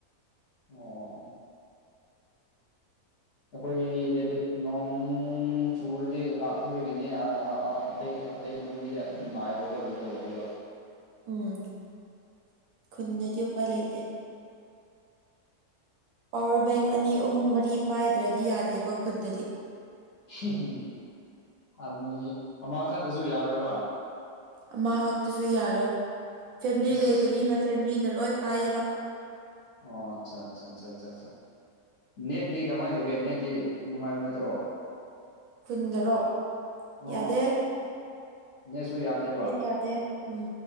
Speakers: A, on the left; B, on the right.
A: ꯑꯣ ꯑꯩꯈꯣꯏꯗꯗꯤ ꯅꯣꯡ ꯆꯨꯔꯗꯤ ꯂꯥꯛꯇꯕꯒꯤꯅꯤ ꯑꯅ ꯑ ꯑꯇꯩ ꯑꯇꯩ ꯅꯣꯡꯃꯩꯗꯤ ꯑꯗꯨꯝ ꯉꯥꯏꯕꯀꯣ ꯑꯗꯨ ꯇꯧꯋꯦꯕ
B: ꯎꯝ ꯈꯨꯟꯗꯗꯤ ꯎꯄꯥꯏ ꯂꯩꯇꯦ ꯄꯋꯥꯔ ꯕꯦꯡ ꯑꯅꯤ ꯑꯍꯨꯝ ꯃꯔꯤ ꯄꯥꯏꯗ꯭ꯔꯗꯤ ꯌꯥꯗꯦꯕ ꯈꯨꯟꯗꯗꯤ
A: ꯎꯝ ꯑꯅꯤ ꯑꯃ ꯈꯛꯇꯁꯨ ꯌꯥꯔꯣꯏꯕ
B: ꯑꯃ ꯈꯛꯇꯁꯨ ꯌꯥꯔꯣꯏ ꯐꯦꯃꯤꯂꯤ
A: ꯑꯁ
B: ꯂꯩꯕꯅꯤꯅ ꯐꯦꯃꯤꯂꯤꯅ ꯂꯣꯏ ꯄꯥꯏꯌꯦꯕ
A: ꯑꯣ ꯆ ꯆ ꯆ ꯆ ꯅꯦꯠꯇꯤ ꯀꯃꯥꯏ ꯇꯧꯒꯦ ꯅꯦꯠꯇꯤ ꯅꯨꯡꯉꯥꯏꯕ ꯅꯠꯇ꯭ꯔꯣ
B: ꯈꯨꯟꯗꯔꯣ
A: ꯑꯣ
B: ꯌꯥꯗꯦ
A: ꯅꯦꯠꯁꯨ ꯌꯥꯗꯦ
B: ꯅꯦꯠ ꯌꯥꯗꯦ ꯎꯝ